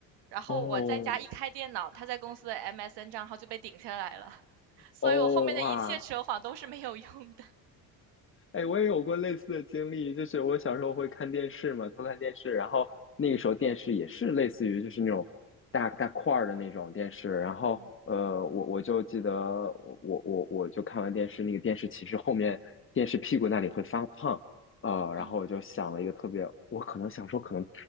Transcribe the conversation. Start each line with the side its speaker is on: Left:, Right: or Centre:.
Right: 然后我在家一开电脑，
Left: 哦
Right: 他在公司的 MSN 账号就被顶下来了，<laughs> 所以我后面的一切扯谎都是没有用的。
Left: 哦哇！哎，我也有过类似的经历，就是我小时候会看电视嘛，偷看电视，然后那个时候电视也是类似于就是那种大大块儿的那种电视，然后呃，
Right: 嗯
Left: 我我就记得我我我我就看完电视，那个电视其实后面电视屁股那里会发烫，呃，然后我就想了一个特别，
Right: 嗯。
Left: 我可能想说可能